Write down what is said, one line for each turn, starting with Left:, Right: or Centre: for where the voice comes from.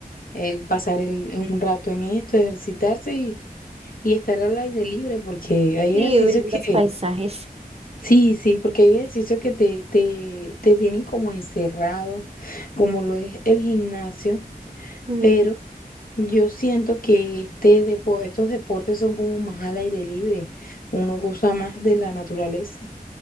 Left: el pasar el, un rato en esto, ejercitarse y, y estar al aire libre, porque hay
Right: Sí,
Left: ejercicios
Right: ver
Left: que,
Right: los paisajes.
Left: sí, sí, porque hay ejercicios que te, te, te tienen como encerrado, como lo es el gimnasio,
Right: Mm,
Left: pero yo siento que este depo- estos deportes son como más al aire libre, uno goza más de la naturaleza.